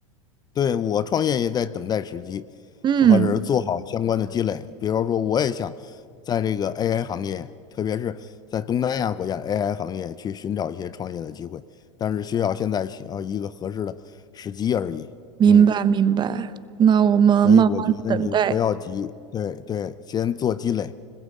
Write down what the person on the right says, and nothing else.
嗯，
明白明白，
那我们慢慢等待。